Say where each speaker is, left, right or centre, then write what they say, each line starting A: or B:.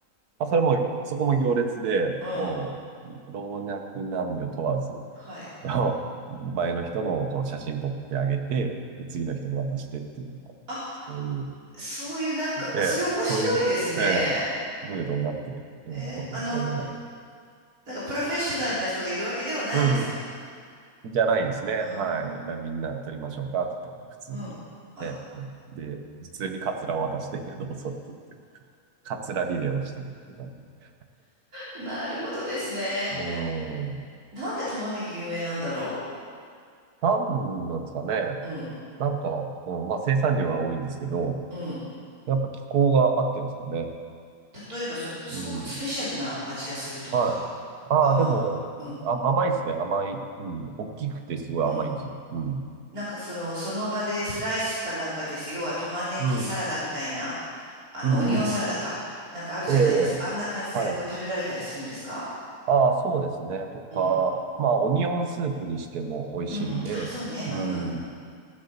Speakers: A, on the right; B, on the right.
A: あ、それも、そこも行列で、
B: うん。
A: もう、老若男女問わず、
B: はい。
A: あの前の人のこう写真撮ってあげて、で次の人に渡してっていう、
B: あ、
A: そういう、
B: そういうなんか、あそれ面白いですね。
A: ええ、そういう、ええ、ムードになって、ええ、
B: えーあの、
A: 撮ってましたよ、みんなで。
B: なんかプロフェッショナルな人がいるわけではないんですか
A: うん。じゃないですね。
B: あー
A: はい。だからみんな撮りましょうかって言っても、普通に。
B: うん。あ、
A: ね。で、普通にカツラを渡して、<laughs> どうぞって言って、カツラリレーをしていくって感じ。
B: なるほどですね。
A: うん。
B: なんで玉ねぎ有名なんだろ
A: なんなんですかね。
B: う。うん、
A: なんか、うん、まあ生産量は多いんですけど、
B: うん。
A: やっぱ気候があってんですかね。
B: 例えば、その、すごくスペシャルな味がするとか、
A: うん。はい。ああ、
B: 甘。まあうん、
A: でも、あ、甘いですね。甘い。うん。大きくてすごい甘いんですよ。
B: うん。
A: うん。
B: なんかその、その場でスライスかなんかです。要は玉ねぎサラダみたいな、
A: うん。
B: あの、
A: うん。
B: オニオンサラダか。
A: うん
B: なんかあるじゃないですか。
A: ええ。
B: あんな感じでこう食べられたりするんですか
A: はい。ああ、そうですね。とか、
B: うん。
A: まあ、オニオンスープにしても美味しいんで、
B: うん、うん。あ、そうね。
A: うん。
B: うん。